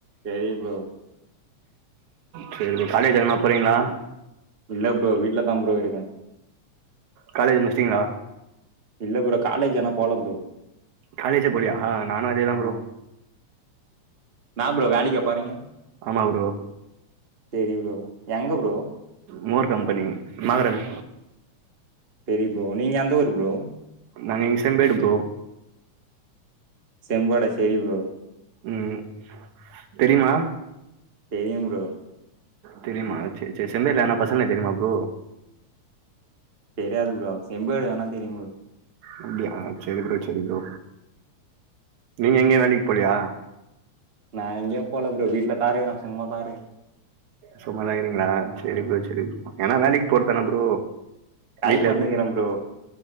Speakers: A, on the right; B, on the right.
A: சரி ப்ரோ
B: சரிப் ப்ரோ காலேஜ் எங்கனா போறீங்களா
A: இல்ல ப்ரோ வீட்லதா ப்ரோ இருக்கே
B: காலேஜ் முடிச்சிட்டீங்களா
A: இல்ல ப்ரோ காலேஜ் ஆனா போல ப்ரோ
B: காலேஜே போலயா நானு அதேதா
A: ஆமா
B: ப்ரோ
A: என்னா ப்ரோ வேலைக்கா போறீங்க
B: ஆமா ப்ரோ
A: தெரியு ப்ரோ எங்க ப்ரோ
B: மோர் கம்பெனி மகரல்
A: சரி ப்ரோ நீங்க எந்த ஊரு ப்ரோ
B: நாங்க இங்க செம்பேடு ப்ரோ
A: செம்பேடா சரி ப்ரோ
B: ம் தெரியுமா
A: தெரியும் ப்ரோ
B: தெரியுமா சரி சரி செம்பேடுல யார்னா பசங்கள தெரியுமா ப்ரோ
A: தெரியாது ப்ரோ செம்பேடு வேனா தெரியும் ப்ரோ
B: அப்டியா சரி ப்ரோ சரி ப்ரோ நீங்க எங்கயு வேலைக்கு போலியா
A: நா எங்கேயு போல ப்ரோ வீட்ல தா இருக்குறே சும்மா தா இருக்குறே
B: சும்மாதா இருக்குறீங்களா சரி ப்ரோ சரி ப்ரோ எங்கனா வேலைக்கு போறதான ப்ரோ
A: டை
B: வீட்ல
A: பண்ணுக்கிறே
B: எதுவு
A: ப்ரோ